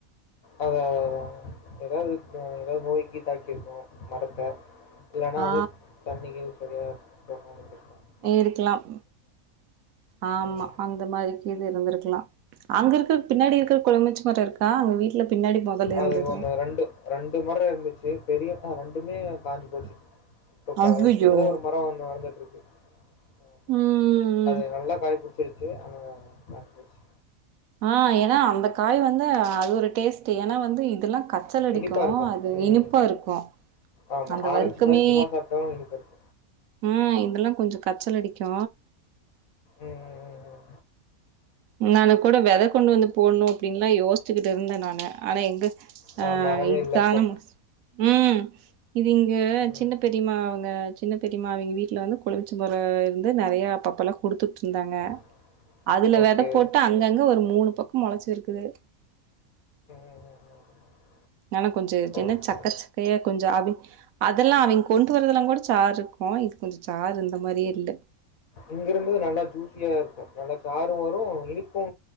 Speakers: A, on the left; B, on the right.
A: அதா அதா எதாவது ஆ எதாவது நோய் கீய் தாக்கிருக்கு மரத்த இல்லன்னா
B: ஆ
A: வந்து தண்ணிக்கு சரியா <unintelligible>
B: இருக்கலாம் ஆமா
A: ம்,
B: அந்த மாரி கீழ இருந்தருக்கலாம் அங்க இருக்க பின்னாடி இருக்கிற எலுமிச்ச மர இருக்கா அங்க வீட்டுல பின்னாடி முதல
A: அது
B: இருந்தது
A: ஒன்று ரெண்டு ரெண்டு மர இருந்துச்சு பெரிய ரெண்டுமே காஞ்சி போச்சி இப்ப
B: அய்யய்யோ
A: சின்னதா ஒரு மர ஒன்னு வளந்துட்டு இருக்கு ஆமா
B: ம்
A: அது நல்லா காய் புடிச்சி ச்சு ஆனா காஞ்சுப்போச்சி
B: ஆ ஏன்னா அந்த காய் வந்து அது ஒரு டேஸ்ட் ஏன்னா வந்து இதல்லா கச்சல் அடிக்கு
A: இனிப்பாக இருக்கும்
B: அது
A: ம்
B: இனிப்பா இருக்கு
A: ஆமாம்
B: அந்த
A: ஆரஞ்சு
B: வருக்கமே
A: மாதிரி சும்மா சாப்பிட்டாலும் இனிப்பாக இருக்கும்
B: ம் இதல்லா கொஞ்ச கச்சல் அடிக்கு
A: ம், ம், ம், ம்.
B: முன்னால கூட வெத கொண்டு வந்து போடுணு அப்படின்னுலா யோசிச்சுகிட்டு இருந்த நானு ஆனா எங்க
A: அது
B: ஆ
A: மரமே
B: இதுதான
A: இல்லை இப்போ
B: மோஸ் ம் இது இங்க
A: ஓகே ம்
B: சின்ன பெரிமா அவங்க சின்ன பெரிமா அவங்க வீட்ல வந்து எலும்பிச்ச மர இருந்து நெறய அப்பபெல்லா கொடுத்துட்டுருந்தாங்க
A: <inaudible>
B: அதுல
A: ஓகே.
B: வெத போட்டு அங்கங்க ஒரு மூணு பக்கம் முளச்சிருக்குது
A: <unintelligible>
B: ஆனா கொஞ்ச
A: ஓகே.
B: என்ன சக்க சக்கையா கொஞ்ச ஆவி அதெல்லா அவிங் கொண்டு வரதெல்லாங்கூட சார் இருக்கு இது கொஞ்ச சார் இருந்த மாறியே இல்ல
A: இங்கிருந்து நல்லா ஜூஸியா இருக்கு நல்லா சாறு வரு இனிப்பு